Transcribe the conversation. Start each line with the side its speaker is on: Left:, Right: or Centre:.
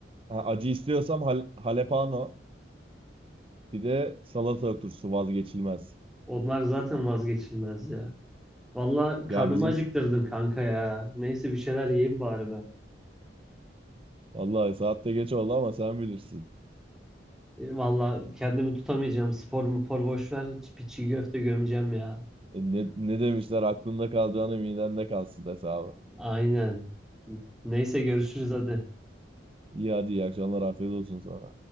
Right: ha, acı istiyorsam hal, halepano, bir de salata turşusu vazgeçilmez.
Centre: onlar zaten vazgeçilmez ya. Valla karnımı
Right: Ya bizim
Centre: acıktırdın kanka ya. Neyse bir şeyler yiyeyim bari ben.
Right: vallahi saatte geç oldu ama sen bilirsin.
Centre: E, Valla kendimi tutamayacağım. Spor mu spor boş ver. Bir çiğ köfte gömeceğim ya.
Right: E, ne, ne demişler aklında kalacağını midende kalsın hesabı.
Centre: Aynen. Neyse görüşürüz hadi.
Right: İyi hadi iyi akşamlar afiyet olsun sana.